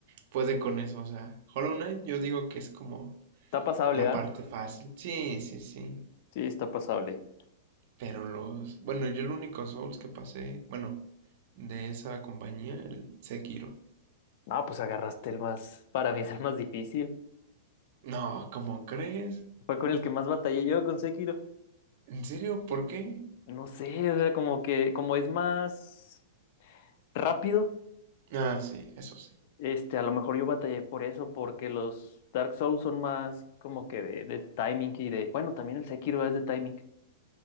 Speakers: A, on the right (about 55°); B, on the left (about 50°).
A: puede con eso, o sea, Hollow Knight yo digo que es como
B: Está pasable,
A: la
B: ¿ah?
A: parte fácil. Sí, sí, sí.
B: Sí, está pasable.
A: Pero los, bueno, yo el único Souls que pasé, bueno, de esa compañía, el Sekiro.
B: no pues agarraste el más, para mí es el más difícil.
A: No, ¿cómo crees?
B: Fue con el que más batallé yo con Sekiro.
A: ¿En serio? ¿Por qué?
B: No sé, o sea, como que, como es más rápido,
A: Ah, sí, eso sí.
B: este, a lo mejor yo batallé por eso, porque los Dark Souls son más como que de, de timing y de, bueno, también el Sekiro es de timing.